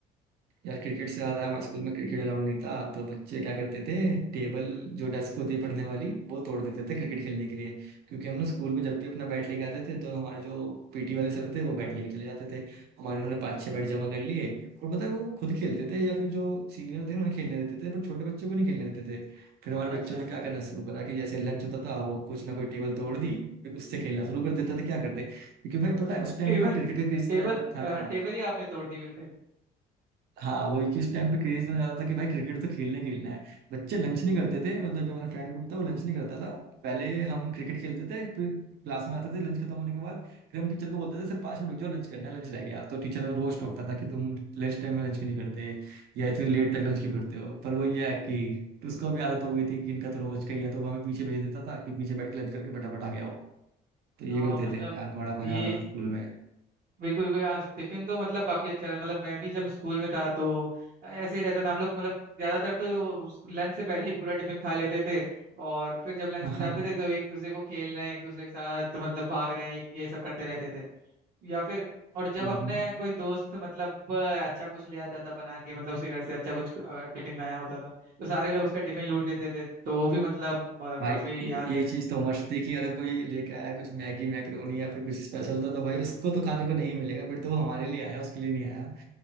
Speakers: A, on the right; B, on the right.
A: यार क्रिकेट से ज्यादा हमारे स्कूल में क्रिकेट अलाउड नहीं था तो बच्चे क्या करते थे टेबल जो डेस्क होती है पढ़ने वाली वो तोड़ देते थे क्रिकेट खेलने के लिए क्योंकि हम ना स्कूल में जब भी अपना बैट लेके आते थे तो हमारे जो पीटी वाले सर थे वो बैट लेके चले जाते थे हमारे उन्होंने पाँच छह बैट जमा कर लिए और पता है वो खुद खेलते थे या फिर जो सीनियर थे उन्हें खेलने देते थे पर छोटे बच्चों को नहीं खेलने देते थे फिर हमारे
B: अच्छा
A: बच्चों ने क्या करना शुरू करा कि जैसे लंच होता था वो कुछ ना कोई टेबल तोड़ दी फिर उससे खेलना शुरू कर देते थे क्या करते क्योंकि भाई पता
B: <laughs>
A: है उस टाइम
B: टेबल
A: पे क्रिकेट का क्रेज इतना
B: टेबल
A: ज्यादा था ना
B: टेबल ही आपने तोड़ दी बिल्कुल
A: हाँ वही किस टाइम पे क्रेज इतना ज्यादा था कि भाई क्रिकेट तो खेलने खेलना है बच्चे लंच नहीं करते थे मतलब जो मेरा फ्रेंड ग्रुप था वो लंच नहीं करता था पहले हम क्रिकेट खेलते थे फिर क्लास में आते थे लंच खत्म होने के बाद फिर हम टीचर को बोलते थे सर पाँच मिनट रुक जाओ लंच करना है लंच रह गया तो टीचर हमें रोज टोकता था कि तुम लंच टाइम में लंच क्यों नहीं करते या इतने लेट तक लंच क्यों करते हो पर वो ये है कि उसको भी आदत हो गई थी कि इनका तो रोज का ही है तो वो हमें पीछे भेज देता था कि पीछे बैठ के लंच करके फटाफट आ गया हो तो ये
B: हाँ
A: करते
B: मतलब
A: थे यार बड़ा मजा
B: ये
A: आता था स्कूल में
B: बिल्कुल बिल्कुल हाँ टिफिन तो मतलब काफी अच्छा था मतलब मैं भी जब स्कूल में था तो ऐसे ही रहता था हम लोग मतलब ज्यादातर तो लंच से पहले ही पूरा टिफिन खा लेते थे और फिर जब लंच
A: <laughs>
B: में जाते
A: हाँ
B: थे तो एक दूसरे को खेल रहे हैं एक दूसरे के साथ तो मतलब भाग रहे हैं ये ये सब करते रहते थे या फिर और जब
A: हाँ
B: अपने कोई दोस्त मतलब अ, अच्छा कुछ ले आता था बना के मतलब उसके घर से अच्छा कुछ अ, टिफिन में आया होता था तो सारे लोग उसका टिफिन लूट लेते थे तो वो भी मतलब अ,
A: भाई
B: काफी
A: ये
B: याद है
A: चीज तो मस्त थी कि अगर कोई लेके आया कुछ मैगी मैक्रोनी या फिर कुछ स्पेशल था तो भाई उसको तो खाने को नहीं मिलेगा फिर तो वो हमारे लिए आया उसके लिए नहीं आया